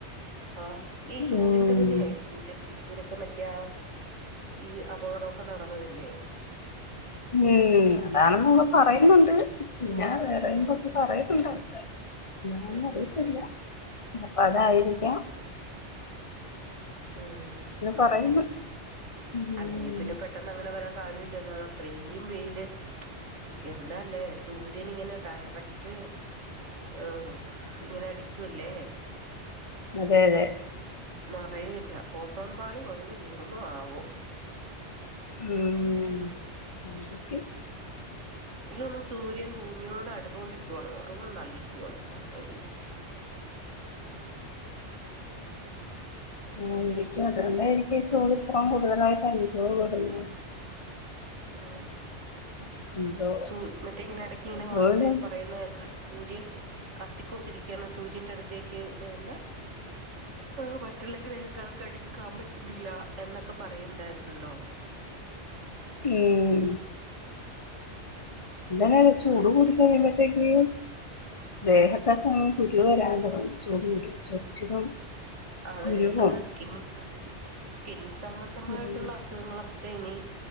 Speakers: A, on the right; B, on the left.
A: ആ ഈ ചൂടിന്റെ
B: ഉം
A: തന്നെ ആയിരിക്കൂല്ലെ തൃശ് ഇവരൊക്കെ മറ്റയാ ഈ അപകൊടോക്ക നടന്നതില്ലേ
B: ഉം എന്താണന്ന് ന്‌മ്മ പറയുന്നുണ്ട്. പിന്നെ വേറെയുംമ്പൊക്കെ
A: ഉം
B: പറയട്ടുണ്ട് ക്കെ ഇതാണന്ന്
A: ഉം
B: അറിയത്തില്ല.
A: ഉം ഉം
B: അപ്പ അതായി ഫ്രീയാ
A: ഉം
B: പറയുന്നു
A: അതെ.
B: ഉം
A: അല്ലെങ്കിൽ പിന്നെ പെട്ടന്നങ്ങനെ വരാ സാധ്യതയില്ലല്ലോ. അതത്രീം വെയില് എന്താല്ലേ സൂര്യൻ ഇങ്ങനെ ഡയറക്റ്റ് ഏഹ് ഇങ്ങനെ അടിയ്ക്കുവല്ലേ
B: അതെയതെ
A: മറയൂല്ല. ഓസോൻപാളി പകുതി തീർന്നോ ആവോ.
B: ഊമ്മ് <unintelligible>
A: ഇ സൂര്യൻ ഭൂമിയോട് അടുത്തോണ്ടരിക്കുന്നതാ അതുകൊണ്ടായിരിക്കുവാണേ സംഭവിക്കുന്നതെ-
B: ആയിരിക്കും അതാണ്ടായിരിക്കും ചൂട് ഇത്രേം കൂടുതലായിട്ട് അനുഭവപ്പെടുന്നത്
A: ഊം
B: എന്തോ
A: സൂ മറ്റേ ഇങ്ങനെ ഇടയ്ക്കിങ്ങനെ വാർത്തേ
B: പോലും
A: പറയുന്ന കേക്കാല്ലോ സൂര്യൻ കത്തിക്കൊണ്ടിരിക്കയാണ് സൂര്യന്റെ അടുത്തേക്ക് എന്താ ങ്ഹാ മറ്റുള്ള ഗ്രഹക്കാർക്ക് അടിക്കാൻ പറ്റുന്നില്ല എന്നൊക്കെ പറയുന്നുണ്ടായിരുന്നല്ലോ
B: ഈ ഊം എന്തന്നെയ ചൂട്
A: ഉം
B: കൂടി കഴിയുമ്പത്തേക്ക് ദേഹത്തൊക്കെ കുരുവ് വരാൻ പടും ചൂട് കുരു ചൊറച്ചിനും
A: അതെ
B: കുരുവും
A: അതെ സ്കിൻ സ്കിൻ സംബന്ധമായിട്ടുള്ള
B: ഉം
A: അസുഖങ്ങളൊ- ഒക്കെ ഇനി